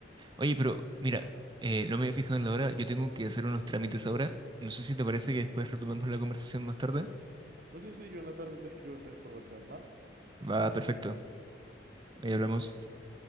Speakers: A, on the right; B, on the right.
A: Oye, pero mira, eh, no me había fijado en la hora, yo tengo que hacer unos trámites ahora. No sé si te parece que después retomemos la conversación más tarde.
B: No sé si yo en la tarde te escribo entonces por WhatsApp, ¿va?
A: Va, perfecto. Ahí hablamos.
B: Va, chao.